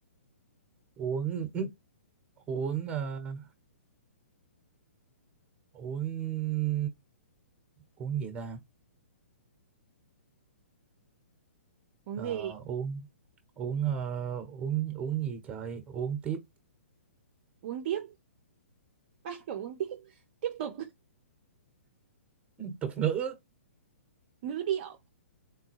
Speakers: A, on the right; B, on the right.
A: uống <laughs> uống ờ, uống uống gì ta
B: Uống
A: Ờ,
B: gì?
A: uống uống ờ, uống uống gì trời uống tiếp
B: Uống tiếp. <laughs> Bắt đầu uống tiếp. Tiếp tục.
A: tục ngữ
B: Ngữ điệu.